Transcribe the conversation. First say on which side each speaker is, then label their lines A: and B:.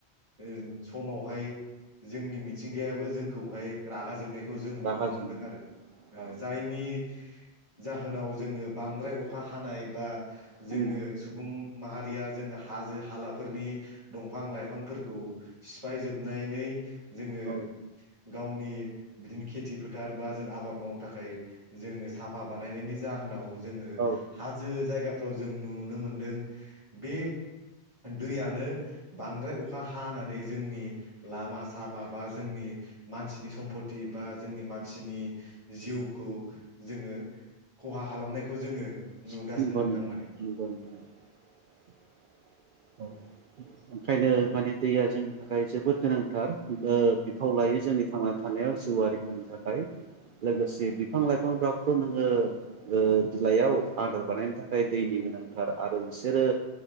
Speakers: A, on the right; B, on the right.
A: ओ समावहाय जोंनि मिथिंगायाबो जोंखौहाय रागा जोंनाय खौ जों नुनो
B: रागा जोंनाय
A: मोनदों आरो
B: औ
A: जायनि जा जाहोनाव जोङो बांद्राय अखा हानाय बा जोङो
B: उम
A: सुबुं माहारिया जोङो हाजो हालाफोरनि दंफां लाइफांफोरखौ सिफाय जोबनानै जोङो
B: औ
A: गावनि बिदिनो खेथि फोथार बा जों आबाद मावनो थाखाय जोङो साफा बानायनायनि जाहोनाव जोङो
B: औ
A: हाजो जायगाफ्राव जों नुनो मोनदों। बे दैयानो बांद्राय अखा हानानै जोंनि लामा सामा बा जोंनि मानसिनि सम्पत बा जोंनि मानसिनि जिउखौ जोङो खहा खालामनायखौ जोङो
B: <inaudible>
A: नुगासिनो नोंथां माने
B: औ ओंखायनो माने दैया जोंनि थाखाय जोबोद गोनांथार ओ बिफाव लायो जोंनि थांना थानायाव जिउआरारिफोरनि थाखाय लोगोसे बिफां लाइफांफ्राथ' नोङो बिलाइयाव आदार बानायनो थाखाय दैनि गोनांथार आरो बिसोरो